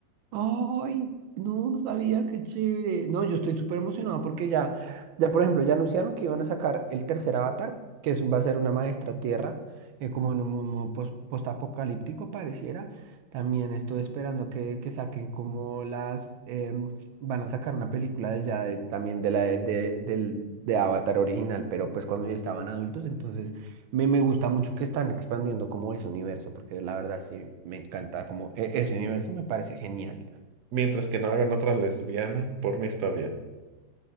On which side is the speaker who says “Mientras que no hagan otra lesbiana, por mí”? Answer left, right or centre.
Right